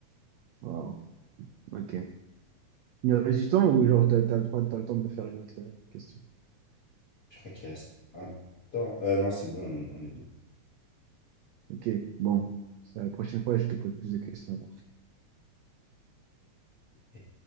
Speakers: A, on the right; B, on the left.
A: Wow. OK. Il reste du temps ou genre t'as, t'as le droit, t'as le temps de me faire une autre euh, question?
B: Je crois qu'il reste un temps. Euh, non, c'est bon, on on est
A: OK. Bon. Ça, La prochaine fois, je te pose plus de questions.
B: Oui.